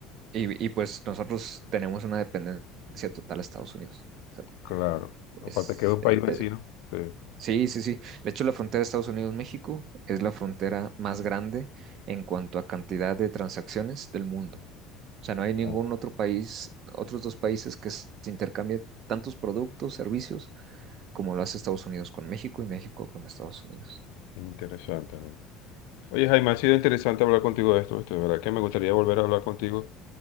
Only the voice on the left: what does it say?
Claro. Aparte
que es un país
vecino.
Sí.
Claro.
Interesante. ¿no? Oye, Jaime, ha sido interesante hablar contigo de esto, ¿viste? De verdad que me gustaría volver a hablar contigo.